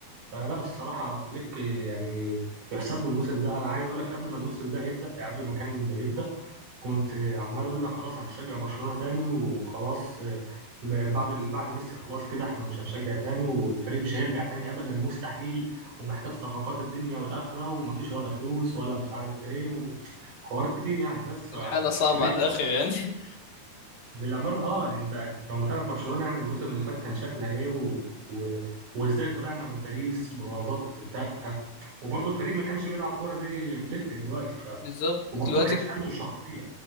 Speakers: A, on the right; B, on the left.
A: فلا الصراحة فليك يعني يحسب له الموسم ده أنا عايز أقول لك قبل ما الموسم ده يبدأ يعني قبل ما كان يبدأ كنت عمال أقول لك خلاص أنا مش هشجع برشلونة تاني وخلاص ب- بعد ال- بعد ميسي خلاص كده إحنا مش هنشجع تاني والفريق مش هيرجع تاني أبدا مستحيل ومحتاج صفقات الدنيا والآخرة ومفيش ولا فلوس ولا مش عارف إيه وحوارات كتير يعني بس
B: الحاله صعبه
A: فليك
B: على الاخر يعني
A: للأمانة اه انت انت لو متابع برشلونة يعني الموسم اللي فات كان شكلها ايه و... و... وازاي طلعنا من باريس بغلطات تافهة وبرضه الفريق ما كانش بيلعب كورة زي فليك دلوقتي ف
B: <laughs> بالظبط
A: وبرضه
B: دلوقتي
A: ما كانش عنده الشخصية